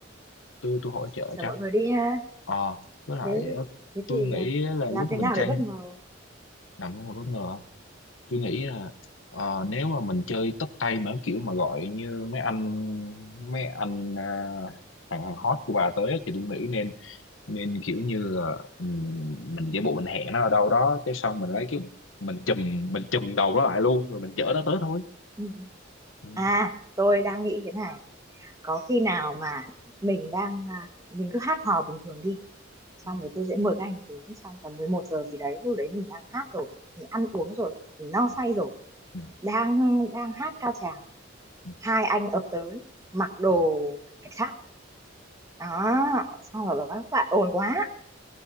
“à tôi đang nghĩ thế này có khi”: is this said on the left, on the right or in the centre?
Right